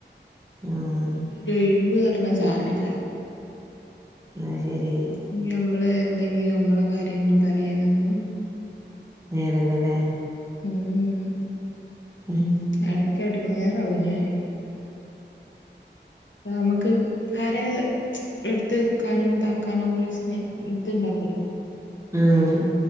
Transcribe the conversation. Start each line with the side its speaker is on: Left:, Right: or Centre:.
Right: ആഹ്
Left: രോയിവ് പർഞ്ഞ സാനല്ല
Right: ന്നാ ശരി
Left: ഞ് നമ്മള് എന്തെങ്കിലും നമ്മളെ കാര്യംന്നും പറയാനൊന്നും
Right: നേരെല്ലല്ലേ
Left: മ്
Right: മ്
Left: എടക്ക് എടങ്ങേറാവും ഞാന് പ്പ നമുക്ക് ആരെ ട്ത്ത് വെക്കാനും താക്കാനൊരു സ്നേ ഇത്ണ്ടാവൂല്ല
Right: ആഹ്